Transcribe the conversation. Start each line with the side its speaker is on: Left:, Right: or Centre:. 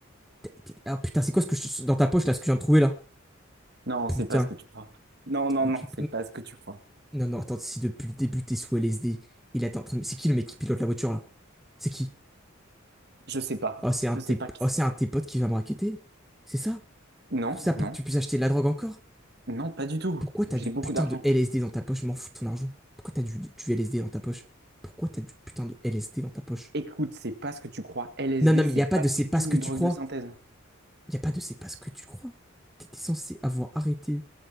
Centre: Et t'es- Ah putain, c'est quoi ce que je... dans ta poche là, ce que je viens de trouver là?
Right: Non,
Centre: Putain.
Right: c'est pas ce que tu crois. Non, non,
Centre: Mais
Right: non,
Centre: tu-
Right: c'est pas ce que tu crois.
Centre: Non, non, attends, si depuis le début t'es sous LSD, il est en train de- C'est qui le mec qui pilote la voiture là? C'est qui?
Right: Je sais pas.
Centre: Oh, c'est un
Right: Je
Centre: de
Right: sais
Centre: tes...
Right: pas qui
Centre: oh,
Right: c'est.
Centre: c'est un de tes potes qui va me raqueter. C'est ça?
Right: Non,
Centre: Tout ça pour
Right: non,
Centre: que tu puisses acheter de la drogue encore?
Right: non, pas du tout.
Centre: Pourquoi t'as
Right: J'ai
Centre: du putain
Right: beaucoup d'argent.
Centre: de LSD dans ta poche? Je m'en fous de ton argent. Pourquoi t'as du... du LSD dans ta poche? Pourquoi t'as du putain de LSD dans ta poche?
Right: Écoute, c'est pas ce que tu crois. LSD,
Centre: Non, non, mais
Right: c'est
Centre: il n'y
Right: pas
Centre: a pas de c'est
Right: du
Centre: pas
Right: tout
Centre: ce que
Right: une
Centre: tu
Right: drogue
Centre: crois.
Right: de synthèse.
Centre: Il n'y a pas de c'est pas ce que tu crois. Tu étais censé avoir arrêté